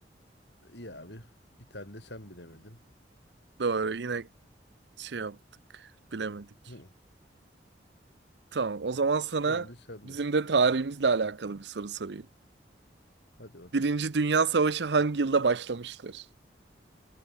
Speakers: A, on the left; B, on the right.
A: İyi abi. Bir tane de sen bilemedin.
B: Doğru yine şey yaptık bilemedik.
A: Hı,
B: Tamam o zaman sana
A: Şimdi sen
B: bizim
A: de.
B: de tarihimizle alakalı bir soru sorayım.
A: Hadi bakayım.
B: Birinci Dünya Savaşı hangi yılda başlamıştır?